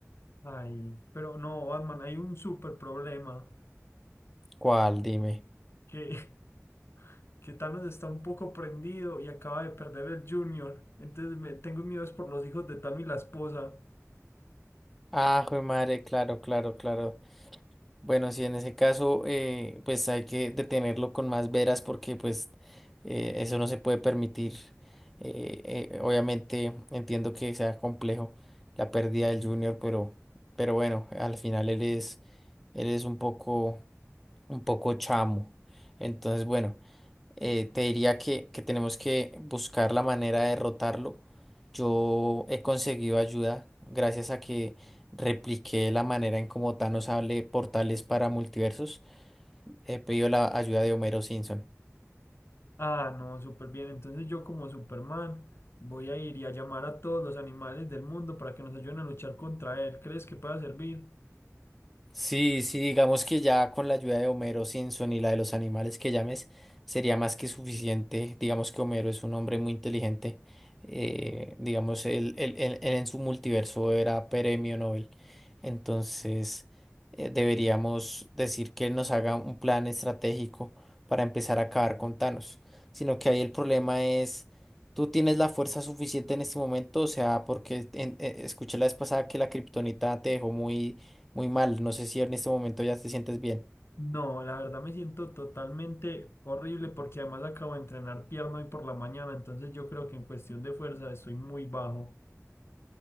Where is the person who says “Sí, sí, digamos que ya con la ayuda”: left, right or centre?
Centre